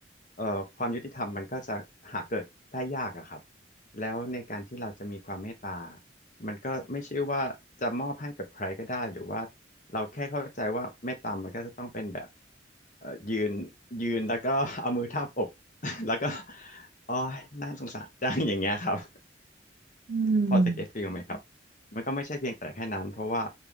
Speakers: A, on the left; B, on the right.
A: เอ่อความยุติธรรมมันก็จะหาเกิดได้ยากอะครับแล้วในการที่เราจะมีความเมตตามันก็ไม่ใช่ว่าจะมอบให้กับใครก็ได้หรือว่าเราแค่เข้าใจว่าเมตตามันก็จะต้องเป็นแบบเอ่อยืนยืนแล้วก็ <laughs> เอามือทาบอก <laughs> แล้วก็อ๋อยน่าสงสารจังอย่างเงี้ยครับ
B: อืม
A: พอจะเก็ตฟีลไหมครับมันก็ไม่ใช่เพียงแต่แค่นั้น เพราะว่า